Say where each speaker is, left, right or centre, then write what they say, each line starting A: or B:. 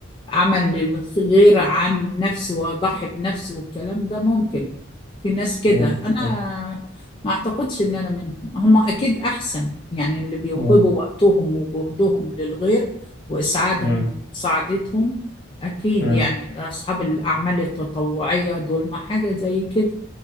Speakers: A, on the left (about 25°); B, on the left (about 50°).
A: عمل للغير عن نفسه واضحي بنفسه والكلام ده ممكن في ناس كده
B: امم
A: انا
B: صح
A: ما اعتقدش ان انا منهم هم اكيد احسن يعني اللي بيوهبوا
B: امم
A: وقتهم وجهدهم للغير واسعادهم
B: امم
A: سعادتهم اكيد
B: امم
A: يعني اصحاب الاعمال التطوعية دول ما حاجة زي كده